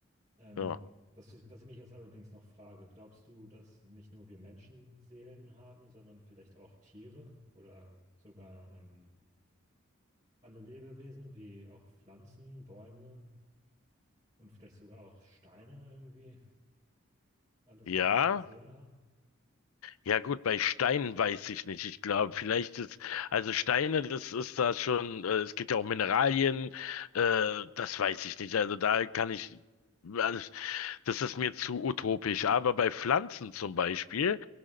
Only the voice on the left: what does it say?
Ja.
Ja,
ja gut, bei Steinen weiß ich nicht. Ich glaube,
vielleicht ist, also Steine, das ist da schon, äh, es gibt ja auch Mineralien, äh, das weiß ich nicht. Also da kann ich, also das ist mir zu utopisch. Aber bei Pflanzen zum Beispiel,